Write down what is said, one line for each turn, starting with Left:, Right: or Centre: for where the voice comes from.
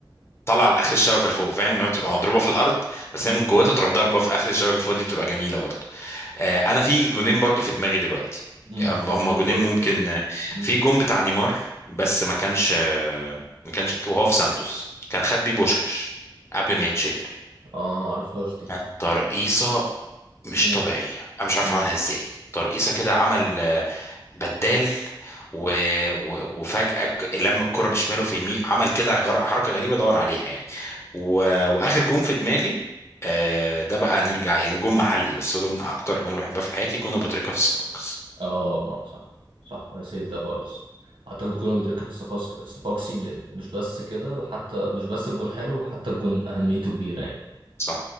Left: طالعه لاخر الشبكه لفوق فاهم انها بتبقى مضروبه في الارض بس
Right: مم.
Left: هي من قوتها تروح ضاربه في اخر الشبكه فوق دي بتبقى جميله برضو آه انا في جونين برضو في دماغي دلوقتي
Right: مم.
Left: يعني
Right: ممكن
Left: هما جونين
Right: تقوله
Left: ممكن
Right: مم.
Left: في جون بتاع نيمار بس ما كانش آه، ما كانش وهو في سانتوس كان خد بيه بوشكاش قبل ما يتشهر
Right: اه معرفهاش دي
Left: كانت ترقيصه مش
Right: مم.
Left: طبيعية أنا مش عارف
Right: مم.
Left: عملها إزاي ترقيصة كده عمل آه، بدال و... و... وفجأة ك- لم الكرة بشماله في يمين عمل كده غر... حركة غريبة دور عليها يعني و... وآخر جون في دماغي آه، ده بقى نرجع يعني جون محلي بس هو ده من أكتر جون بحبها في حياتي جون أبو تريكة في الصفاقس
Right: اه اه صح صح نسيت ده خالص اعتقد كنا بندركها في الصفاقس- الصفاقسي م- مش بس كده حتى مش بس الجون حلو حتى الجون اهميته كبيرة يعني
Left: صح